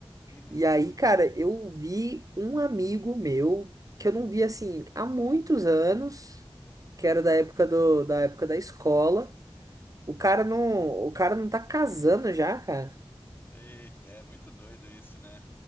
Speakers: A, on the left (about 20°); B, on the right (about 35°).
A: Uhum.
B: E aí, cara, eu vi um amigo meu que eu não vi assim há muitos anos, que
A: Aham.
B: era da época do, da época da escola. O cara não, o cara não tá casando já, cara.
A: Eita, é muito doido isso, né?